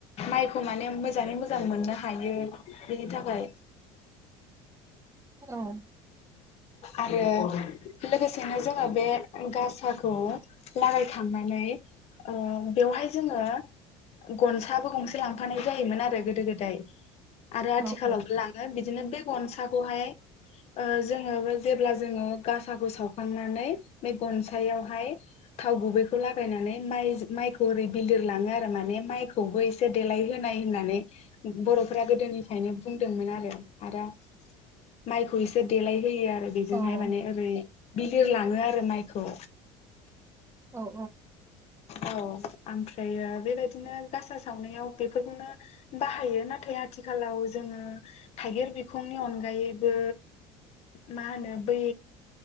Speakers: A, on the left (about 45°); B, on the right (about 20°).
A: माइखौ माने मोजाङै मोजां मोननो हायो बेनि थाखाय
B: औ
A: आरो लोगोसेनो जोङो बे गासाखौ लागायखांनानै ओ बेवहाय जोङो गनसाबो गंसे लांफानाय जायोमोन आरो गोदो गोदाय। आरो आथिखालावबो
B: औ
A: लाङो बिदिनो बे गनसाखौहाय ओ जोङो बे जेब्ला जोङो गासाखौ सावखांनानै बे गनसायावहाय थाव गुबैखौ लागायनानै माइ माइखौ ओरै बिलिर लाङो आरो माने माइखौबो एसे देलायहोनाय होननानै बर'फोरा गोदोनिफ्रायनो बुंदोंमोन आरो आरो माइखौ एसे देलाय होयो बेजोंहाय
B: औ
A: माने ओरै बिलिर लाङो आरो माइखौ
B: अ
A: औ आमफ्रायो बेबायदिनो गासा सावनायाव बेफोरखौनो बाहायो नाथाय आथिखालाव जोङो थाइगिर बिखंनि अनगायैबो मा होनो बै